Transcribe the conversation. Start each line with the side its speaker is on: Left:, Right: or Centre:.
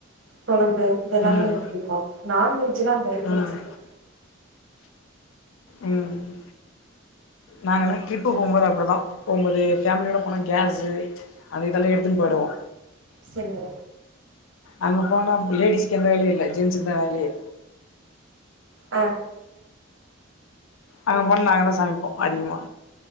Right: கொழம்பு இதெல்லாமே
Left: ம்
Right: எனக்கு புடிக்கு நான்வெஜ்லா அந்த அளவுக்கு
Left: ம்
Right: எனக்கு சமைக்
Left: ம் நாங்களா ட்ரிப்பு போம்போது அப்டி தா போம்போது ஃபேமிலியோட போனா கேஸு அதே கழுவி எடுத்தின் பொயிடுவோ
Right: செரிங்க
Left: அங்க போனா லேடிஸ்க்கு எந்த வேலயு இல்ல ஜென்ஸ்க்கு தா வேலயே
Right: அ
Left: அங்க போனா நாங்க தா சமைப்போ அதிகமா